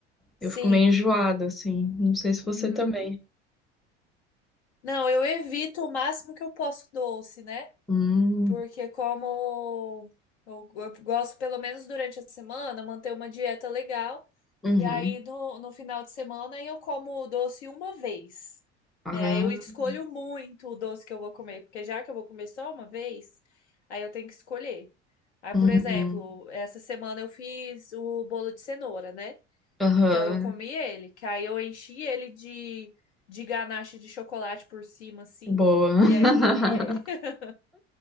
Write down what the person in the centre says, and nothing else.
Eu fico meio enjoada, assim. Não sei se
você também.
Hum,
uhum.
Aham,
uhum.
Aham.
Boa. <laughs>